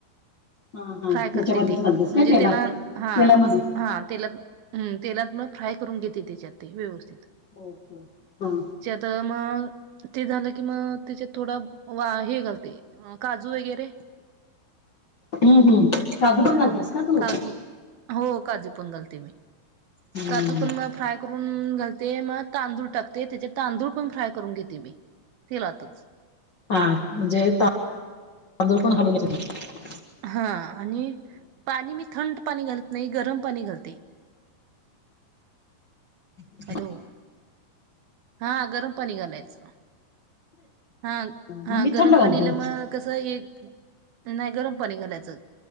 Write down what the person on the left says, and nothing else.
हा हा
त्याच्यामध्येच
घालतेस
काय तेलात
तेलामध्ये
ओके, ह.
हम्म हम्म काजू पण घालतेस का तू
हम्म.
हा म्हणजे तांदूळ पण हलवत्या त्याच्यात
ह <unintelligible>
मग
मी
थंड घालते